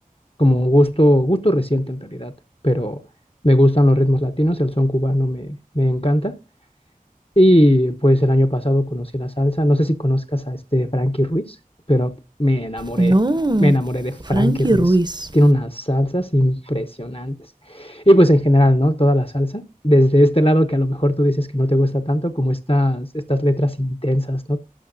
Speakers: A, on the left; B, on the right.
A: como un gusto, gusto reciente en realidad, pero me gustan los ritmos latinos, el son cubano me, me encanta. Y pues el año pasado conocí la salsa, no sé si conozcas a este Frankie Ruiz, pero me enamoré,
B: No,
A: me enamoré de Frankie
B: Frankie
A: Ruiz.
B: Ruiz.
A: Tiene unas salsas impresionantes. Y pues en general, ¿no? Toda la salsa, desde este lado que a lo mejor tú dices que no te gusta tanto, como estas, estas letras intensas, ¿no?